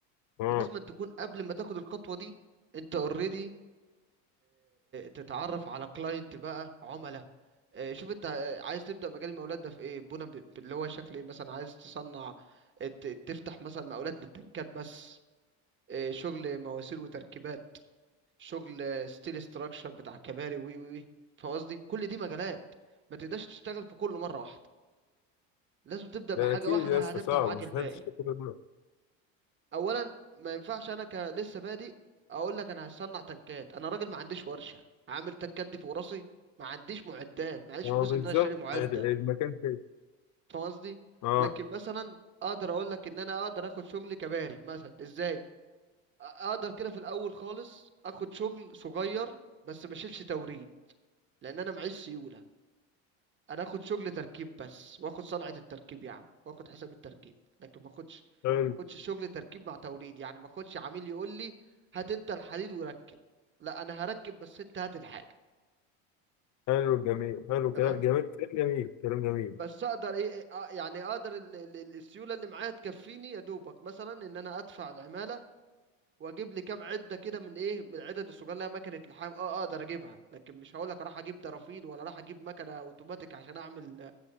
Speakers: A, on the left (about 50°); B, on the right (about 30°).
A: اه
B: لازم أن تكون قبل ما تاخد الخطوة دي انت اوريدي تتعرف على كلاينت بقى عملاء آه، شوف انت آه، عايز تبدأ مجال المقاولات ده في ايه بنا ب- ب- اللي هو شكل ايه مثلا عايز تصنع ت- تفتح مثلا مقاولات للتنكات بس آه، شغل مواسير وتركيبات شغل ستيل ستراكشر بتاع كباري وي وي وي فاهم قصدي كل دي مجالات ما تقدرش تشتغل في كله مره واحده لازم تبدا بحاجه
A: ده اكيد
B: واحده
A: يا اسطى
B: هتفتح
A: صعب
B: معاك
A: مستحيل
B: الباقي
A: تشتغل كل ده
B: اولا ما ينفعش انا ك لسه بادئ اقول لك انا هصنع تنكات انا راجل ما عنديش ورشه عامل تنكات دي في راسي ما عنديش معدات ما عنديش
A: اه
B: فلوس
A: بالظبط
B: ان انا اشتري معده
A: المكان كده
B: فاهم قصدي
A: اه
B: لكن مثلا اقدر اقول لك ان انا اقدر اخد شغل كباري مثلا ازاي أ- اقدر كده في الاول خالص اخد شغل صغير بس ما اشيلش توريد لان انا معيش سيوله انا اخد شغل تركيب بس واخد صنعة التركيب يا عم واخد حساب التركيب لكن ما اخدش
A: حلو
B: ما اخدش شغل تركيب مع توريد يعني ما اخدش عميل يقول لي هات انت الحديد وركب لا انا هركب بس انت هات الحاجة
A: حلو الجميل حلو
B: تمام
A: كلام جميل كلام جميل كلام جميل
B: بس اقدر ايه إيه، آه، يعني اقدر ال- ال- ال- السيولة اللي معايا تكفيني يا دوبك مثلا ان انا ادفع العمالة واجيب لي كام عدة كده من ايه من العدد الصغيرة اللي هي مكنة لحام اه آه، اقدر اجيبها لكن مش هقول لك راح اجيب درافيل ولا راح اجيب مكنة اوتوماتيك عشان اعمل